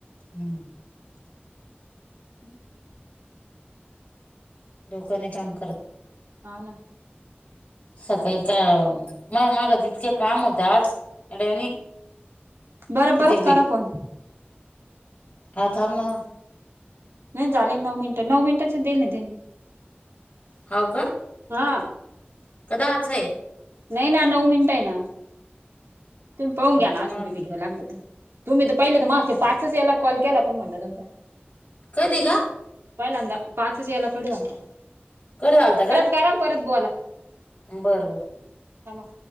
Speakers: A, on the left (about 35°); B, on the right (about 80°).
A: हम्म
B: <inaudible>
A: डोक नाय काम करत.
B: आनं
A: सकाळी काव मी मागे इतके काम होतं आज. अडाणी
B: बरं
A: कितीबी
B: बरंच करा फोन
A: हा थांब ना
B: नाय झाले नऊ मिनटं नऊ मिनटंच देन त्यांनी.
A: हाव का
B: हा
A: का दहाच ये
B: नई ना नऊ मिनटं ये ना. तुमही पाहुन
A: हाव
B: घ्या ना
A: का
B: अजून
A: मला
B: बी व्हिडिओ लागल तर, तुम्ही तर पहिले मा ते पाच याला कॉल केला पण महनल जाऊदे आता.
A: कधी ग
B: पहिल्यांदा पाचच याला कट जलता.
A: कट झालता का?
B: करा परत बोला.
A: बरं बरं
B: हॅलो